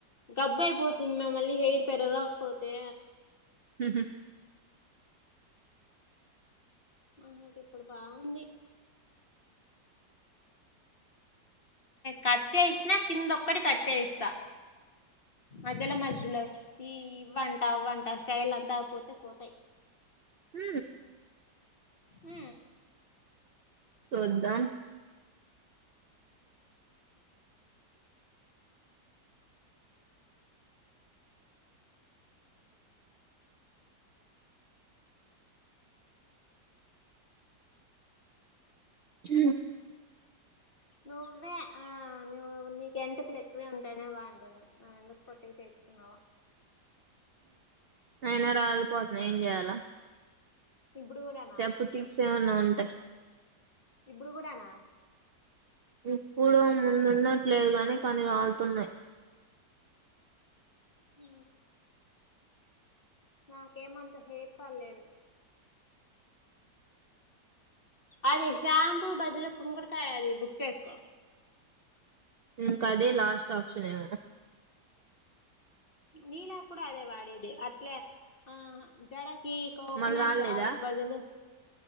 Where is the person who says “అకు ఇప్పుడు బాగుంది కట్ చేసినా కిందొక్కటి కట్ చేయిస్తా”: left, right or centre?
Left